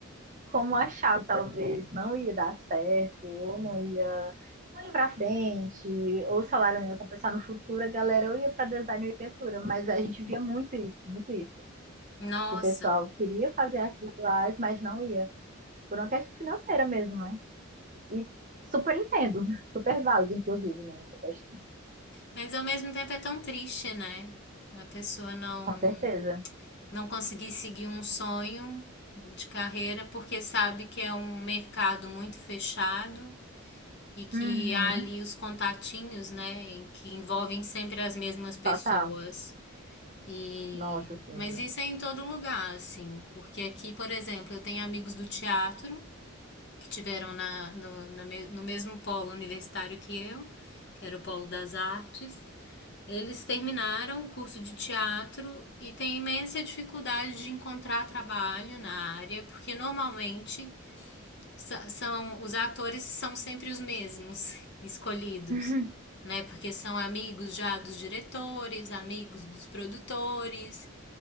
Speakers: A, on the right; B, on the left.
A: como achava que talvez não ia dar certo, ou não ia, não ia para frente, ou o salário não ia compensar no futuro, a galera ou ia para design e arquitetura, mas a gente via muito isso, muito isso.
B: Nossa.
A: Que o pessoal queria fazer artes visuais, mas não ia, por uma questão financeira mesmo, né? E super entendo, <laughs> super válido, inclusive, né, essa questão.
B: Mas ao mesmo tempo é tão triste, né? A pessoa não
A: Com certeza.
B: não conseguir seguir um sonho de carreira porque sabe que é um mercado muito fechado e que
A: Uhum,
B: há ali os contatinhos, né, em que envolvem sempre as mesmas pessoas.
A: total.
B: E
A: Nossa, sim Silvia.
B: mas isso é em todo lugar, assim, porque aqui, por exemplo, eu tenho amigos do teatro que tiveram na, no, na no mesmo polo universitário que eu, que era o polo das artes, eles terminaram o curso de teatro e têm imensa dificuldade de encontrar trabalho na área, porque normalmente são os atores são sempre os mesmos <laughs> escolhidos,
A: <laughs>
B: né? Porque são amigos já dos diretores, amigos dos produtores.